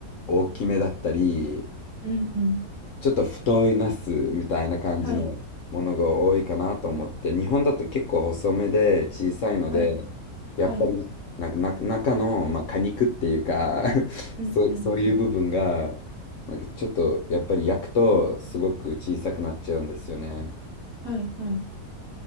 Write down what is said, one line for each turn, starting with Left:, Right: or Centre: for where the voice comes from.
Left: 大きめだったり、
Centre: うんうん。
Left: ちょっと太いナスみたいな感じのものが多いかなと思って、
Centre: はい。
Left: 日本だと結構細めで小さいので、
Centre: はい。はい。
Left: やっぱりなんかな中の、まあ、果肉っていうか <laughs>
Centre: うんうん。
Left: そう、そういう部分が、なんかちょっとやっぱり焼くとすごく小さくなっちゃうんですよね。
Centre: はい。はい。